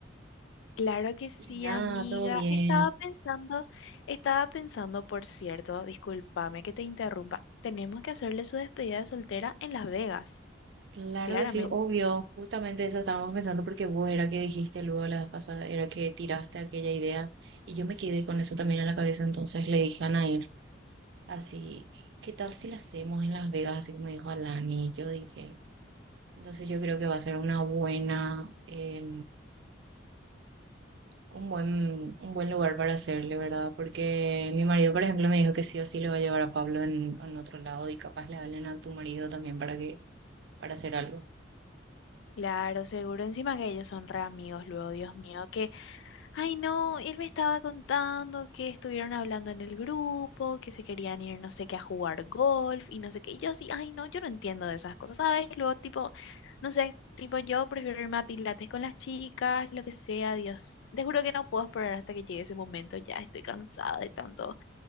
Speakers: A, on the left; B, on the right.
A: Claro que sí,
B: Y nada,
A: amiga.
B: todo bien.
A: Estaba pensando, estaba pensando, por cierto, discúlpame que te interrumpa, tenemos que hacerle su despedida de soltera en Las Vegas.
B: Claro
A: Claramente.
B: que sí, obvio. Justamente eso estábamos pensando porque vos era que dijiste luego la vez pasada, era que tiraste aquella idea. Y yo me quedé con eso también en la cabeza, entonces le dije a Nair, así, ¿qué tal si la hacemos en Las Vegas? Así como dijo Alani. Yo dije, entonces yo creo que va a ser una buena, eh, un buen, un buen lugar para hacerle, ¿verdad? Porque mi marido, por ejemplo, me dijo que sí o sí le va a llevar a Pablo en, en otro lado y capaz le hablen a tu marido también para que, para hacer algo.
A: Claro, seguro. Encima que ellos son re amigos luego, Dios mío, que, ay no, él me estaba contando que estuvieron hablando en el grupo, que se querían ir no sé qué a jugar golf y no sé qué. Y yo así, ay no, yo no entiendo de esas cosas, ¿sabes? Luego tipo, no sé, tipo yo prefiero irme a pilates con las chicas, lo que sea, Dios. Te juro que no puedo esperar hasta que llegue ese momento, ya estoy cansada de tanto,